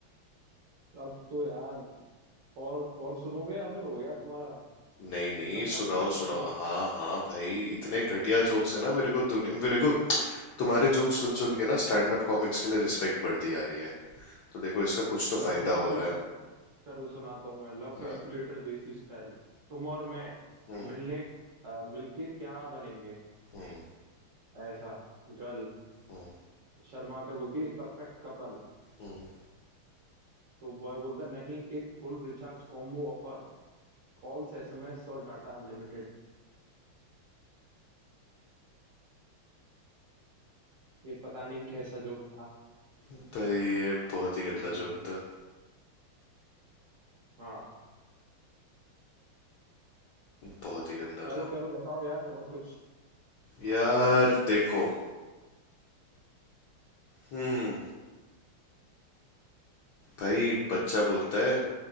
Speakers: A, on the right; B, on the left.
A: अब तो यार और और सुनोगे या फिर हो गया तुम्हारा
B: नहीं नहीं
A: सुनना चाहोगे
B: सुनाओ
A: मेरे अच्छे
B: सुनाओ
A: जो
B: हाँ हाँ भाई इतने घटिया जोक्स है ना मेरे को दुनिया मेरे को तुम्हारे जोक्स सुन सुन के ना स्टैंड अप कॉमिक्स के लिए रिस्पेक्ट बढ़ती आ रही है तो देखो इसका कुछ तो
A: लव
B: फायदा
A: कैलकुलेटर
B: हो रहा है
A: चलो सुनाता हूँ मैं लव
B: हाँ,
A: कैलकुलेटर देसी स्टाइल तुम और मैं
B: हम्म
A: मिलने अ, मिलके क्या बनेंगे
B: हम्म
A: ऐसा गर्ल
B: हम्म
A: शर्मा कर बोलती है एक परफेक्ट कपल
B: हम्म।
A: तो बॉय बोलता नहीं एक full recharge combo offer calls SMS और डाटा अनलिमिटेड ये पता नहीं कैसा जोक था
B: भाई ये बहुत
A: पर ठीक
B: ही गंदा
A: है
B: जोक था
A: हाँ
B: बहुत ही गंदा
A: करो
B: था
A: करो बताओ यार और कुछ
B: यार देखो हम्म भाई बच्चा बोलता है